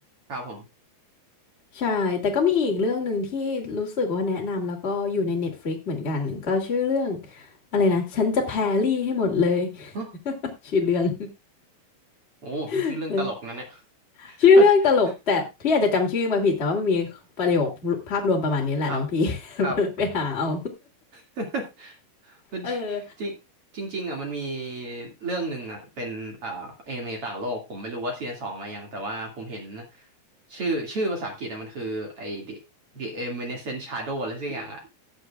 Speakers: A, on the right; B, on the left.
A: ครับผม
B: ใช่แต่ก็มีอีกเรื่องหนึ่งที่รู้สึกว่าแนะนำแล้วก็อยู่ใน Netflix เหมือนกันก็ชื่อเรื่องอะไรนะฉันจะแพรรี่ให้หมดเลย
A: ฮะ
B: <laughs> ชื่อเรื่อง
A: โอ้ชื่อเรื่องตลกนั่นเนี่ย
B: <laughs> ชื่อเรื่องตลกแต่พี่อาจจะจำชื่อมาผิดแต่ว่ามันมีประโยคภาพรวมประมาณนี้แหละน้องพี่
A: <laughs> ครับ
B: <laughs>
A: ครับ
B: ไปหาเอา
A: <laughs> คือ
B: เออ
A: จริงจริงจริงๆอ่ะมันมีเรื่องหนึ่งอ่ะเป็นเอ่อเอเมต่างโลกผมไม่รู้ว่าซีซั่นสองมายังแต่ว่าผมเห็นชื่อชื่อภาษาอังกฤษอ่ะมันคือไอ้ The The Evanescent Shadow อะไรสักอย่างอ่ะ